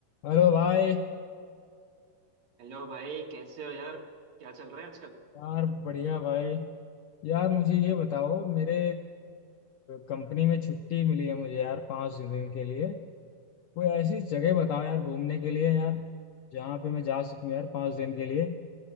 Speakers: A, on the left; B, on the right.
A: Hello भाई
B: Hello भाई कैसे हो यार क्या चल रहा है आजकल
A: यार बढ़िया भाई यार मुझे ये बताओ मेरे कंपनी में छुट्टी मिली है मुझे यार पाँच दिन के लिए कोई ऐसी जगह बताओ यार घूमने के लिए यार जहाँ पे मैं जा सकूँ यार पाँच दिन के लिए